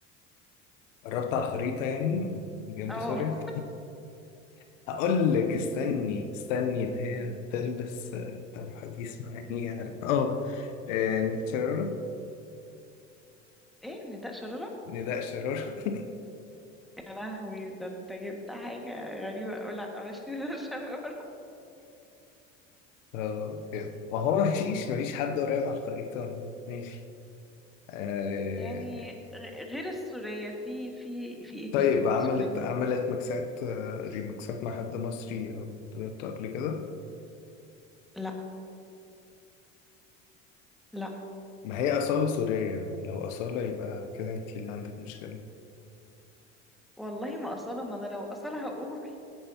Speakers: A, on the left; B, in the centre.
A: قربت على الخريطة يعني جنب
B: اه
A: سوريا <laughs> هقول لك استني استني اللي هي
B: <laughs>
A: تلبس آه، طرحة دي اسمها ايه يعني اه آه، نداء شرارة
B: ايه نداء شرارة
A: نداء شرارة <laughs>
B: يا لهوي ده انت جبت حاجة غريبة أوي لا مش <laughs> نيللي الشرار
A: آه، ما هو مفيش مفيش حد قريب على الخريطة ماشي آه،
B: يعني غ- غير السورية في في في ايه
A: طيب
B: تاني
A: عملت
B: سورية
A: عملت ميكسات آه، ريميكسات مع حد مصري أو دويتو قبل كده
B: لا لا
A: ما هي أصالة سورية لو أصالة يبقى كده أنت اللي عندك مشكلة
B: والله ما أصالة ما أنا لو أصالة هقول